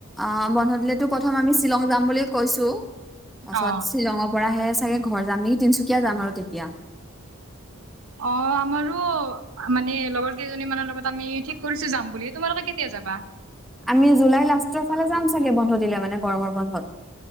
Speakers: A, in the centre; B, on the right (about 70°).
A: অ বন্ধ দিলেতো প্ৰথম আমি শ্বিলং যাম বুলি কৈছো তাৰপাছত
B: অ
A: শ্বিলঙৰ পৰাহে চাগে ঘৰ যাম নেকি, তিনিচুকীয়া যাম আৰু তেতিয়া।
B: অ আমাৰো মানে লগৰ কেইজনী মানৰ লগত আমি ঠিক কৰিছো যাম বুলি, তোমালোকে কেতিয়া যাবা?
A: আমি জুলাই লাষ্টৰ ফালে যাম চাগে বন্ধ দিলে মানে গৰমৰ বন্ধত।